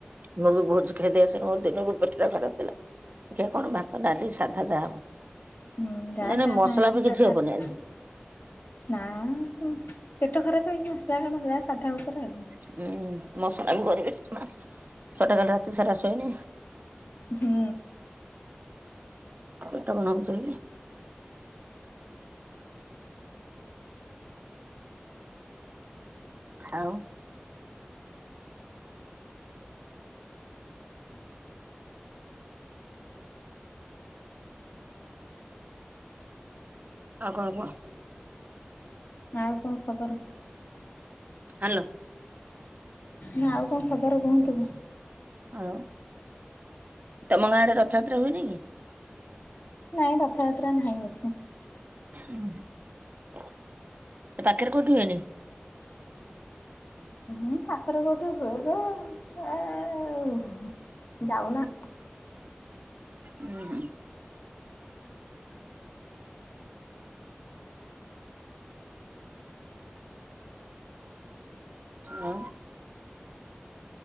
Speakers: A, on the right (about 45°); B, on the left (about 55°).
A: ମୁଁ ବି ଭୋଜି ଖାଇ ଦେଇ ଆସିନି ମୋର ଦିନରୁ ପେଟଟା ଖରାପ। ଥିଲା। ଦେଖିଆ କଣ ଭାତ, ଡାଲି, ସାଧା ଯାହା ହବ,
B: ହୁଁ ଯାହା
A: ମାନେ
B: ସାଧା
A: ମସଲା ବି
B: ସାଧା
A: କିଛି ହବନି
B: ଉପରେ
A: ଆଜି।
B: ନା, ହଁ ପେଟ ଖରାପ ହେଇକି ମସଲା କଣ ଖାଇବା, ସାଧା ଉପରେ ଆଉ।
A: ଉଁ, ମସଲା ମୁଁ କରିବି ନା ଛୁଆଟା କାଲି ରାତି ସାରା ଶୋଇନି।
B: ହୁଁ।
A: ପେଟ କଣ ହଉଛି କି ଆଉ। ଆଉ କଣ କୁହ?
B: ଆଉ କଣ ଖବର?
A: ହ୍ୟାଲୋ।
B: ନା ଆଉ କଣ ଖବର କୁହନ୍ତୁ?
A: ଆଉ ତୋମ ଗାଁରେ ରଥଯାତ୍ରା ହୁଏନି କି?
B: ନାଇଁ ରଥଯାତ୍ରା ନାହିଁ ଏଠି।
A: ଅଁ, ହଁ, ସେ ପାଖରେ କୋଉଠି ହୁଏନି?
B: ହୁଁ, ପାଖରେ କୋଉଠି ହୁଏ ଯେ ଆ, ଆ, ଆଉ ଯାଉନା।
A: ଉଁ, ହୁଁ। ଆ,